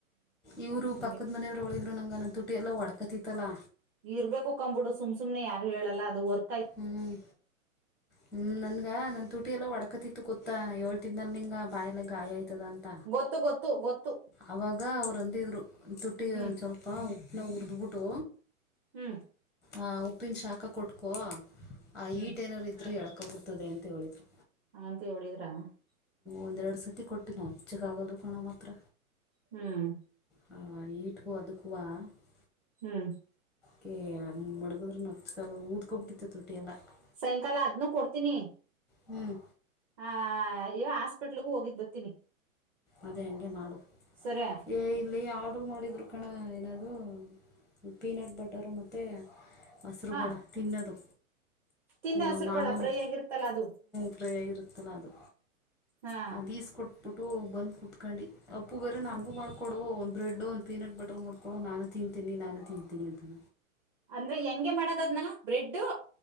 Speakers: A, in the centre; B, on the right.
A: ಇವ್ರು
B: ಹಂಗೆ
A: ಪಕ್ಕದ ಮನೆಯವ್ರು ಒಳಿದ್ರು ನಂಗಗೆ ನನ್ನ ತುಟಿ ಎಲ್ಲಾ ಒಡ್ಕತಿತ್ತಲ್ಲಾ.
B: ಇರ್ಬೇಕು ಕಂಬ್ ಬಿಡು ಸುಮ್ ಸುಮ್ನೆ ಯಾರು ಹೇಳಲ್ಲ ಅದು ವರ್
A: ಹ್ಮ್ ಹ್ಮ್ ನನ್ಗ ನನ್ ತುಟಿ ಎಲ್ಲ ಒಡಕತಿತ್ತು ಗೊತ್ತಾ ಏಳ್ ತಿನ್ಲ್ ನಿಂಗ ಬಾಯಲ್ಲ ಗಾಯ ಆಯ್ತದ ಅಂತ.
B: ಗೊತ್ತು ಗೊತ್ತು ಗೊತ್ತು.
A: ಅವಾಗ ಅವರುಂದಿದ್ರು. ತುಟ್ಟಿದ
B: ಹ್ಮ್
A: ಒಂದು ಸ್ವಲ್ಪ ಉಪ್ಪನ ಹುರಿದ್ಬಿಟ್ಟು.
B: ಹ್ಮ್
A: ಆ ಉಪ್ಪಿನ ಶಾಖ ಕೊಟ್ಕೋ ಆ
B: ಹ್ಮ್
A: ಈಟ್ ಏನಾದಾರರು ಇದ್ರೂ ಎಳ್ಕೊಬಿಡ್ತದೆ ಅಂತ ಹೇಳಿದ್ರು.
B: ಅಂಗಂತ ಹೇಳಳಿದ್ರ <unintelligible>
A: ಒಂದೆರಡು ಸತಿ ಕೊಟ್ಟೀ ನಾವ್ <unintelligible> ಹೆಚ್ಚಗ ಆಗೋದು ಕಣ ಮಾತ್ರ
B: ಹ್ಮ್,
A: ಹಾ ಈಟಗೂ ಅದಕುವ <unintelligible>
B: ಹ್ಮ್,
A: ಕ ಮಡಗದ್ರೂ ನಚ್ಕ ಊದಕೊಬಿಟ್ಟಿತ್ತು ತುಟಿ ಎಲ್ಲ <unintelligible>
B: ಸಾಯಂಕಾಲ ಅದ್ನು ಕೊಡ್ತೀನಿ
A: ಹ್ಮ್,
B: ಆ, ಈ ಹಾಸ್ಪಿಟ್ಲ್ಗು ಹೋಗಿದ್ ಬರತೀನಿ.
A: ಅದೇ ಹಂಗೆ ಮಾಡು
B: ಸರಿ
A: ಏಯ್ಇಲ್ಲಿ ಆರ್ಡರ್ ಮಾಡಿದ್ರು. ಕಕ್ಕಣ ಏನಾದೂ ಪೀನಟ್ ಬಟರು ಮತ್ತು ಮಸರು
B: ಹಾ
A: ಬೇಳ <unintelligible> ತಿನ್ನೋದು
B: ತಿನ್ನ
A: ನಾವು
B: ಹಸ್ರು
A: ಮಾಮೂಲಿ
B: ಬೇಳ ಫ್ರೈ ಆಗಿರ್ತಲ್ಲ ಅದು
A: ಫ್ರೈ ಆಗಿರುತ್ತಲ್ಲ ಅದು.
B: ಹಾ
A: ಅದು ಪಿಸ್ ಕೊಟ್ಬಿಟ್ಟು ಬಂದ್ ಕುತ್ಕೊಂಡಿ ಅಪ್ಪು ಬೇರ ನನಗು
B: ಹಾ
A: ಮಾಡ್ಕೊಡು. ಕೊಡು ಒಂದ್ ಬ್ರೆಡ್ ಒಂದು ಪೀನಟ್ ಬಟರ್ ಮಾಡ್ಕೊಡು. ನಾನು ತಿಂತೀನಿ- ನಾನು ತಿಂತೀನಿ ಅಂತ-
B: ಅಂದ್ರೆ ಹೆಂಗೆ ಮಾಡೋದದನ ಬ್ರೆಡ್